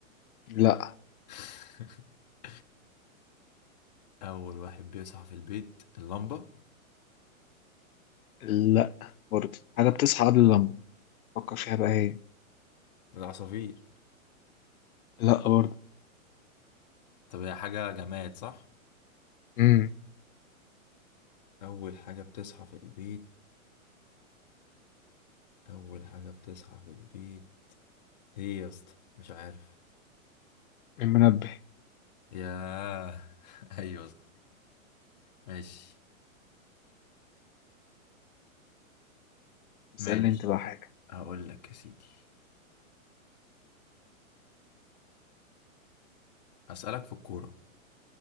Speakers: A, on the left; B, on the left.
A: لا
B: <laughs> اول واحد بيصحى في البيت اللمبة
A: لا برضه حاجة بتصحى قبل اللمبة فكر فيها بقى هي
B: العصافير
A: لا برضه
B: طب هي حاجة جماد صح
A: امم
B: اول حاجة بتصحى في البيت أول حاجة بتصحى في البيت إيه يا اسطى مش عارف
A: المنبه
B: ياه <laughs> أيوة صح ماشي
A: اسألني
B: ماشي
A: انت بقى حاجة
B: هقول لك يا سيدي هسألك في الكورة